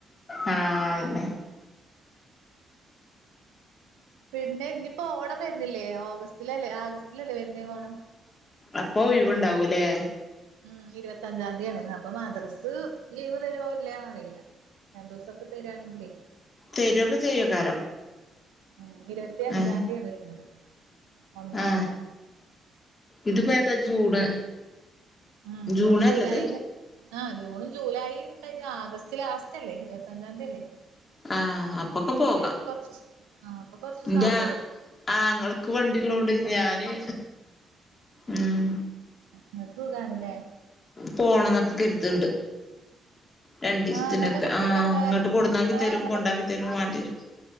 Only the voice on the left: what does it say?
ആ അതന്നെ
അപ്പൊ ഒഴിവുണ്ടാവുല്ലേ
തരുവൊക്കെ ചെയ്യക്കാരം
ആ
ആ
ഇത്പ്പേതാ ജൂണ്
ജൂണല്ലത്
ആ അപ്പൊക്കെ
പോകാ
ന്റെ
ആങ്ങളക്ക് വണ്ടിള്ളോണ്ട് ഞാൻ ന് ഉം
പോണം ന്നൊക്കെ കരുതണ്ട് രണ്ടീസ്ത്തിനൊക്കെ
ആ
ഇങ്ങട്ട് കൊടുന്നാക്കി
തരും
കൊണ്ടാക്കി തരും വണ്ടിരും